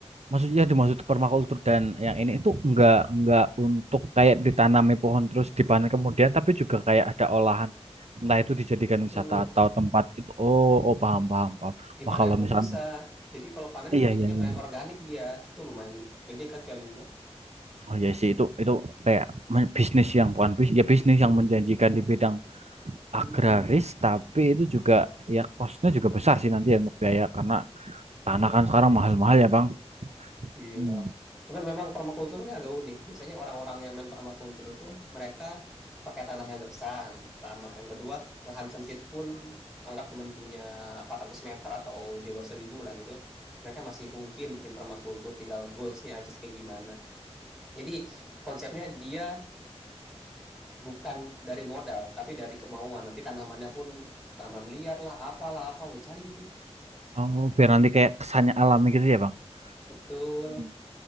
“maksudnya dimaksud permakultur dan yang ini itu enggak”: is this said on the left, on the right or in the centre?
Right